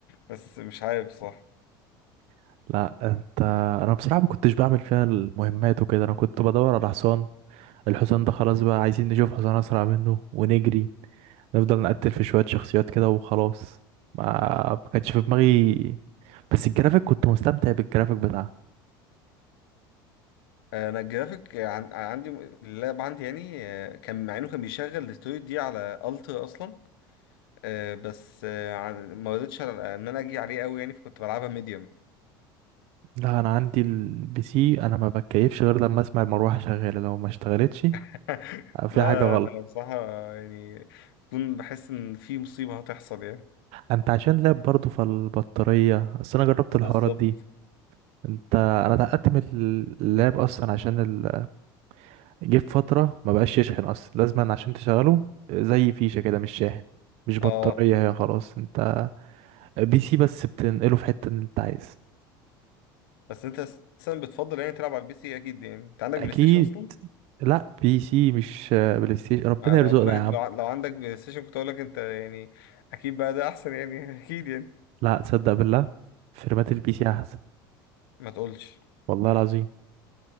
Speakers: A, on the left (about 80°); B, on the right (about 60°).
A: بس مش عارف صح
B: <laughs> لا انت انا بصراحة ما كنتش بعمل فيها المهمات وكده انا كنت بدور على حصان الحصان ده خلاص بقى عايزين نشوف حصان اسرع منه ونجري نفضل نقتل في شوية شخصيات كده وخلاص ما ما كانش في دماغي بس الجرافيك كنت مستمتع بالجرافيك بتاعها
A: انا الجرافيك عن... عندي اللاب عندي يعني آه، كان مع انه كان بيشغل الاستوديو دي على الترا اصلا آه، بس آه، عن- ما رضيتش أنا- ان انا اجي عليه قوي يعني فكنت بلعبها ميديوم
B: لا انا عندي البي سي انا ما بتكيفش غير لما اسمع المروحة شغالة لو ما اشتغلتش
A: <laughs>
B: في
A: لا
B: حاجة غلط
A: لا بصراحة يعني بكون بحس ان في مصيبة هتحصل يعني
B: انت عشان لاب برضه فالبطارية اصل انا جربت
A: بالظبط
B: الحوارات دي انت انا اتعقدت من اللاب اصلا عشان ال... جه في فتره ما بقاش يشحن اصلا لازما عشان تشغله زي فيشه كده مش شاحن مش بطاريه
A: اه
B: هي خلاص انت بي سي بس بتنقله في حته اللي انت عايز
A: بس انت اساسا بتفضل يعني تلعب على البي سي اكيد يعني انت عندك
B: اكيد
A: بلاي ستيشن اصلا
B: لا بي سي مش بلاي ستيشن ربنا
A: انا
B: يرزقنا
A: ما بقولك
B: يا
A: انت
B: عم
A: لو لو عندك بلاي ستيشن كنت اقولك انت يعني اكيد بقى ده احسن يعني <laughs> اكيد يعني
B: لا تصدق بالله فرمات البي سي احسن
A: ما تقولش
B: والله العظيم